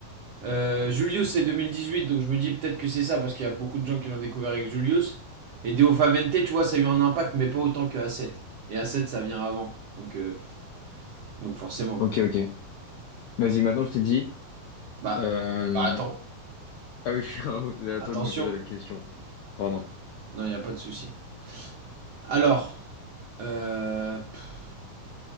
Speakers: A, on the right (about 65°); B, on the left (about 80°).
A: Euh, Julius, c'est 2018, donc je me dis peut-être que c'est ça, parce qu'il y a beaucoup de gens qui l'ont découvert avec Julius. Et Deo Favente, tu vois, ça a eu un impact, mais pas autant que A7. Et A7, ça vient avant. Donc, euh, donc forcément.
B: Ok, ok. Vas-y, maintenant je te dis.
A: Bah,
B: euh,
A: bah attends.
B: Ah oui, <laughs> c'est à
A: Attention.
B: toi de me poser la question. Pardon.
A: Non, il n'y a pas de souci. Alors, euh, pff,